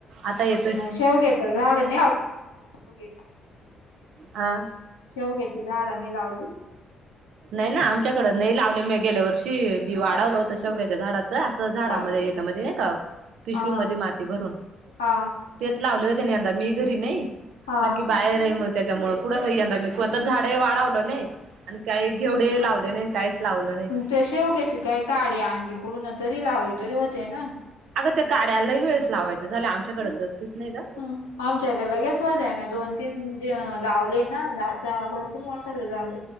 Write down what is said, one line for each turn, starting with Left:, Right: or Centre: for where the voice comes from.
Right: आता येतोय
Left: शेवग्याच झाड नाही <unintelligible>
Right: हा
Left: शेवग्याची झाड नाही लावली.
Right: नाही ना आमच्याकड नाही लावले. मी गेल्या वर्षी बी वाढवलं होत शेवग्याच्या झाडाच. असं झाडामध्ये
Left: हा
Right: याच्यामध्ये नाही का, पिशवी
Left: हा
Right: मध्ये माती भरून.
Left: हा
Right: तेच लावले होते ना यंदा. मी घरी नाही.
Left: हा
Right: सारखी बाहेर आहे. मग त्याच्यामुळे कुठं यंदा मी कोणत झाडे वाढवलं नाही. आणि काही घेवडे लावले नाही. काहीच लावलं नाही
Left: ते शेवग्याची काय काडी आणली कुडून तरी लावली तरी होते ना.
Right: अगं त्या काड्या लयी वेळस लावायचं झालं आमच्याकड तर. तेच नाही का.
Left: हम्म आमच्या त्या लगेच स्वाजा मी दोन तीन जे लावले ना. आता भरपूर मोठाले झाले.